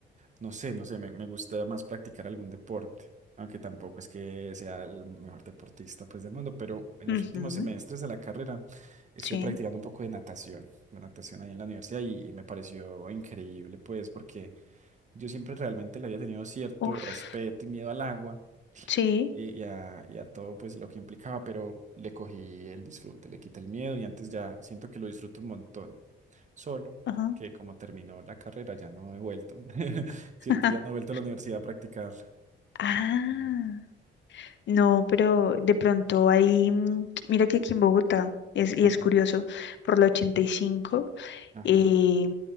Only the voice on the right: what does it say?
No sé, no sé, me, me gusta más practicar algún deporte, aunque tampoco es que sea el mejor deportista pues del mundo, pero en
los últimos semestres de la carrera estuve
practicando un poco de natación, la natación ahí en la universidad y, y me pareció increíble pues porque yo siempre realmente le había tenido cierto
respeto y miedo al agua
y, y a, y a todo pues lo que implicaba, pero le cogí el disfrute, le quité el miedo y antes ya siento que lo disfruto un montón. Solo
que como terminó la carrera ya no he vuelto, <laughs> ¿cierto?
Ya no he vuelto a la universidad a practicar.
Desafortunadamente.
Ajá,
ajá,